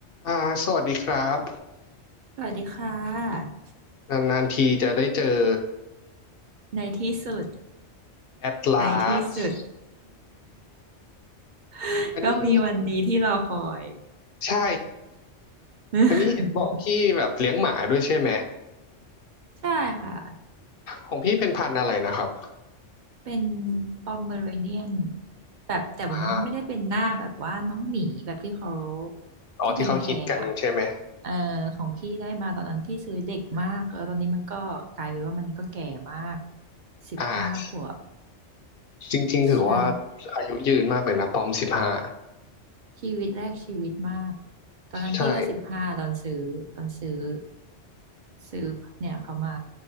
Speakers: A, on the left; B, on the right.
A: อ่าสวัสดีครับ
B: สวัสดีค่ะ
A: นานๆทีจะได้เจอ
B: ในที่สุด
A: แอดลาส
B: ในที่สุด <laughs>
A: อันนี้
B: ก็มีวันนี้ที่รอคอย
A: ใช่
B: <laughs>
A: อันนี้เห็นบอกพี่แบบเลี้ยงหมาด้วยใช่ไหม
B: ใช่ค่ะ
A: ของพี่เป็นพันธุ์อะไรนะครับ
B: เป็นปอมเมอเรเนียนแบบแต่ว่ามันไม่ได้เป็นหน้าแบบว่าน้องหมีแบบที่เขา
A: อ่าอ๋อที่เขาฮิตกันใช่ไหม
B: ที่แพงๆอ่ะเออของพี่ได้มาตอนนั้นพี่ซื้อเด็กมากแล้วตอนนี้มันก็กลายเป็นว่ามันก็แก่มากสิบห้าขวบ
A: อ่าจริงๆถือว่า
B: ใช่
A: อายุยืนมากเลยนะปอมสิบห้า
B: ชีวิตแรกชีวิตมากตอนนั้นพี่ก็สิบห้าตอนซื้อตอนซื้อ
A: ใช่
B: ซื้อเนี่ยเขามา